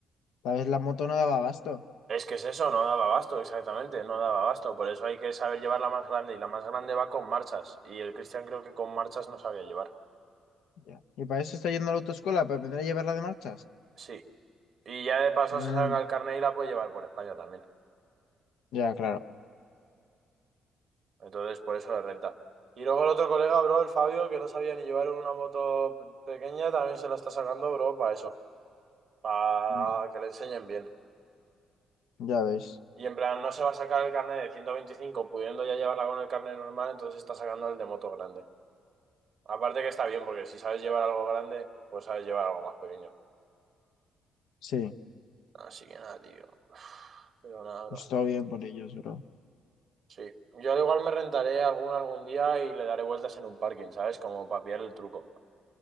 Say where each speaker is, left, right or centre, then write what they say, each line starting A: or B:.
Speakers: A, on the left (about 85°); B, on the right (about 55°).
A: tal vez la moto no daba abasto.
B: Es que es eso, no daba abasto, exactamente, no daba abasto. Por eso hay que saber llevar la más grande y la más grande va con marchas. Y el Cristian creo que con marchas no sabía llevar.
A: Ya. Y para eso está yendo a la autoescuela, para aprender a llevarla de marchas.
B: Sí. Y ya de paso
A: Mm,
B: se saca el carnet y la puede llevar por España también.
A: ya, claro.
B: Entonces, por eso le renta. Y luego el otro colega, bro, el Fabio, que no sabía ni llevar una moto pequeña, también se la está sacando, bro, para eso. Para
A: Mm,
B: que le enseñen bien.
A: ya ves.
B: Y en plan, no se va a sacar el carnet de 125 pudiendo ya llevarla con el carnet normal, entonces está sacando el de moto grande. Aparte que está bien, porque si sabes llevar algo grande, pues sabes llevar algo más pequeño.
A: Sí,
B: Así que nada, tío. Uf, Pero nada, bro.
A: pues todo bien por ellos, bro.
B: Sí. Yo al igual me rentaré algún algún día y le daré vueltas en un parking, ¿sabes? Como para pillar el truco.